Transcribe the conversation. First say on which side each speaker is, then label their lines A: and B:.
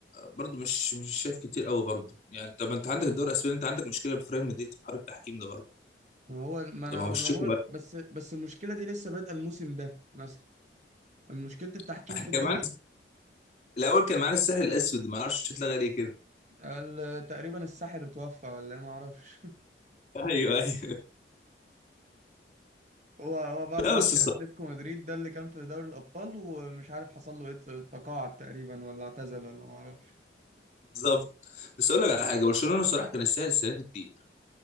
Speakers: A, on the left; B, on the right.
A: برضه مش مش شايف كتير قوي برضه يعني طب انت عندك الدوري الاسباني انت عندك مشكله في ريال مدريد في حوار التحكيم ده برضه
B: ما هو ما انا
A: ده ما هو بالشكل
B: ما هو
A: بقى
B: بس بس المشكلة دي لسه بادئة الموسم ده مثلا مشكلة التحكيم
A: <laughs> احنا
B: في الدوري
A: كان معانا الاول كان معانا الساحل الاسود ما اعرفش اتلغى ليه كده
B: ال- تقريبا الساحر اتوفى ولا إيه ما اعرفش
A: ايوه ايوه <laughs>
B: <laughs> هو هو بعد
A: لا
B: ماتش
A: بس الصراحة-
B: اتلتيكو مدريد ده اللي كان في دوري الابطال ومش عارف حصل له ايه تقاعد تقريبا ولا اعتزل ولا ما اعرفش
A: بالظبط بس اقول لك على حاجه برشلونه صراحه كان يستاهل السنه دي كتير